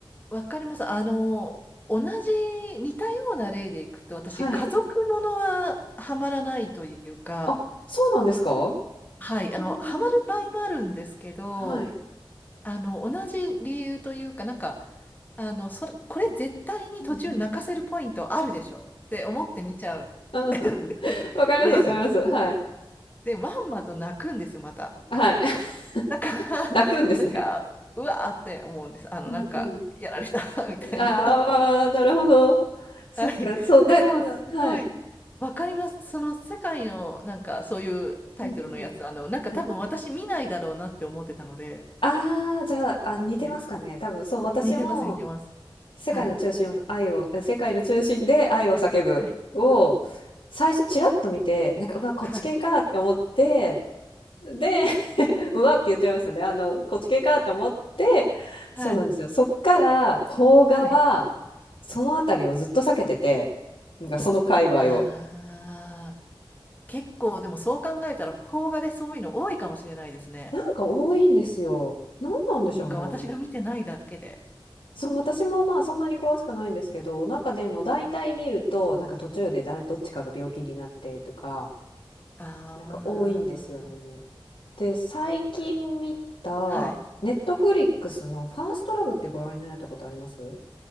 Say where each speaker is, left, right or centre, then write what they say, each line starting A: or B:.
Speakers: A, on the left; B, on the left.
A: あ、わかります。あの、同じ、似たような例でいくと、私、
B: はい。
A: 家族ものがハマらないというか、
B: あ、そうなんですか
A: はい、
B: そこも
A: あの、ハマる場合もあるんですけど、
B: はい。
A: あの、同じ理由というか、なんか、あの、それ、これ絶対に途中泣かせるポイントあるでしょって思って見ちゃう。
B: うん。<laughs> うん。
A: <laughs>
B: わかりますわかります。
A: で、で、
B: はい。
A: でまんまと泣くんですよ、また。
B: はい。<laughs>
A: だから、
B: 泣くんですね。
A: なんか、うわーって思うんです。あの、
B: うんうん。
A: なんか、やられた <laughs> みたいな。
B: ああ、なるほど。そっか、
A: はい。
B: そう、だでもなはい。
A: でも、すごい、わかります。その世界の、なんか、そういうタイトルのやつ、
B: うんうん。
A: あの、なんか多分私見ないだろうなって思ってたので、
B: はい。ああ、じゃあ、あ、似てますかね。
A: はい
B: 多分そう、私も
A: 似てます、似てます。
B: 世界の中心を愛を、
A: はい。
B: え世界の中心で愛を叫ぶを、
A: はい。
B: 最初ちらっと見て、なんか、うわ、こっち系かって思って、
A: はい。
B: で <laughs>、うわって言っちゃいましたね。あの、こっち系かって思って、そうなんですよ。
A: はい。
B: そっから、邦画は、
A: はい。
B: そのあたりをずっと避けてて、なんかその界隈を。
A: ああ、結構でもそう考えたら邦画でそういうの多いかもしれないですね。
B: なんか多いんですよ。なんなんでしょうね、
A: なんか私が見てないだけで。
B: あれ。そう、私もまあそんなに詳しくないんですけど、なんかでも大体見ると、なんか途中で誰、どっちかが病気になってとか、
A: あ
B: なんか多いんですよね。で、最近見た、
A: あ、はい。
B: ネットフリックスのファーストラブってご覧になられたことあります